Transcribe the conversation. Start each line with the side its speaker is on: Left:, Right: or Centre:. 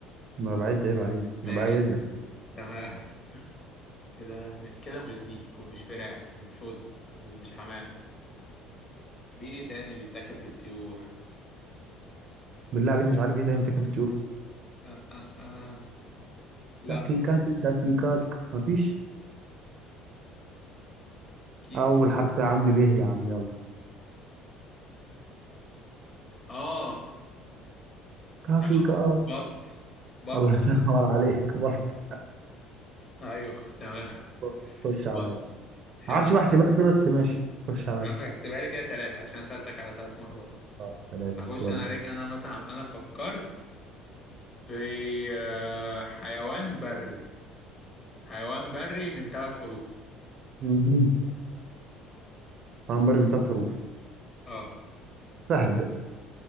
Right: ما أنا بعد عيب عليك
Left: ماشي
Right: انا بايد لك
Left: تمام <laughs> كده كده مش ديك ومش فراخ ومش هدى ومش حمام في ايه تاني بيتاكل في الطيور
Right: بالله عليك مش عارف ايه تاني بتاكل في الطيور
Left: أه أه أه. لا
Right: كاكي كاكي كاكي كاك مفيش
Left: كيكة
Right: اول حرف يا عم به يا عم يلا
Left: اه
Right: كاكي
Left: تمام
Right: كاك
Left: بط
Right: <laughs>
Left: بطة
Right: الله ينور عليك بط
Left: ايوه تمام
Right: بط. خش عليا
Left: بط حلو
Right: معرفش بحسب لك ايه بس ماشي خش عليا
Left: يا عم احسبها لي كده ثلاثة عشان سألتك على ثلاث مرات
Right: اه ثلاثة
Left: هخش
Right: يلا
Left: انا عليك انا مثلا انا فكرت في آه، حيوان بري حيوان بري من ثلاث حروف
Right: مهم. هنبرم من ثلاث حروف
Left: اه
Right: سهل